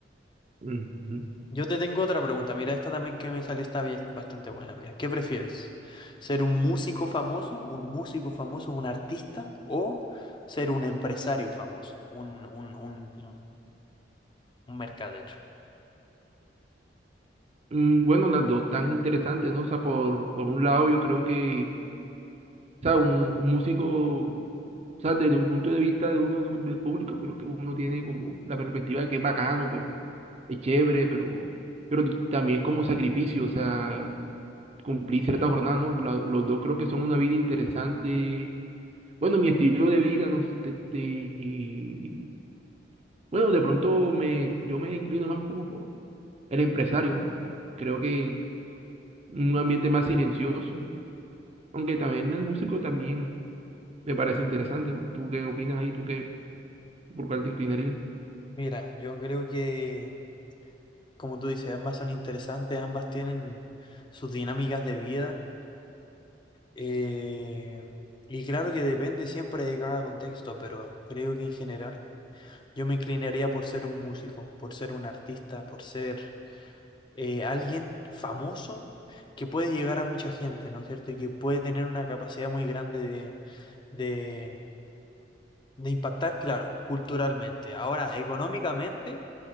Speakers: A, on the right (about 35°); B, on the left (about 25°).
A: ujú.
B: Yo te tengo otra pregunta. Mira, esta también que me salió está bien- bastante buena. Mira, ¿qué prefieres? ¿Ser un músico famoso, un músico famoso, un artista o ser un empresario famoso, un, un, un, un un mercader?
A: Mm, bueno, las dos tan interesantes, ¿no? O sea, por, por un lado, yo creo que, o sea, un, un músico, o sea, desde un punto de vista de uno, de un- del público, creo que uno tiene como la perspectiva de que es bacano, pero es chévere, pero, pero también es como sacrificio, o sea... cumplí cierta jornada, ¿no? La- los dos creo que son una vida interesante. Bueno, mi estilo de vida, no sé, te- te- y, bueno, de pronto me, yo me inclino más como por el empresario, ¿no? O sea, creo que un ambiente más silencioso, aunque también el músico también me parece interesante, ¿no? ¿Tú qué opinas ahí? ¿Tú qué, por cuál te inclinarías?
B: Mira, yo creo que, como tú dices, ambas son interesantes, ambas tienen sus dinámicas de vida. eh, y claro que depende siempre de cada contexto, pero creo que en general yo me inclinaría por ser un músico, por ser un artista, por ser eh, alguien famoso que puede llegar a mucha gente, ¿no es cierto? Y que puede tener una capacidad muy grande de, de de impactar, claro, culturalmente. Ahora, económicamente.